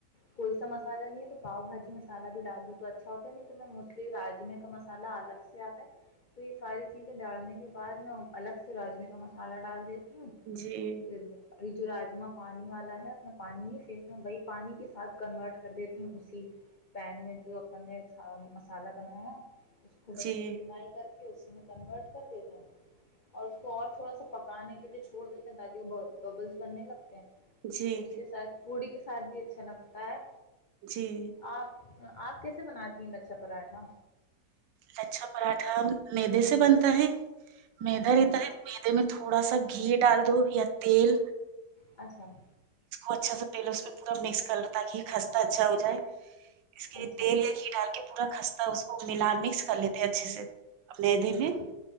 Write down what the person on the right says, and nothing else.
جی جی
جی
جی
جی
لچھا پراٹھا مدے سے بنتا ہے مدا
رہتا ہے مدے میں تھوڑا سا گھی ڈال دووں یا تل
اچھا سے پہلے اس میں پورا مکس کر لو تاکہ یہ خستہ اچھا ہو جائے اس کے
لیے تیل یا ک ڈال کے پورا خستہ اس کو ملا مکس چ لیتے اچھے سے مدے
میں